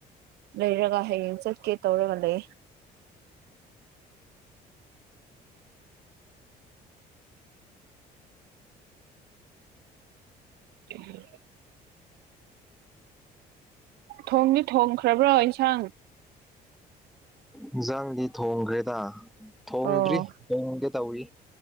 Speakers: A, on the right (about 70°); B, in the centre.
A: ꯂꯩꯔꯒ ꯍꯌꯦꯡ ꯆꯠꯀꯦ ꯇꯧꯔꯒ ꯂꯩ <unintelligible> ꯊꯣꯡꯗꯤ ꯊꯣꯡꯈ꯭ꯔꯕ꯭ꯔꯥ ꯏꯟꯁꯥꯡ
B: ꯍꯤꯖꯥꯡꯗꯤ ꯊꯣꯡꯈ꯭ꯔꯦꯗ ꯊꯣꯡꯗ꯭ꯔꯤ
A: ꯑꯣ
B: ꯊꯣꯡꯒꯦ ꯇꯧꯔꯤ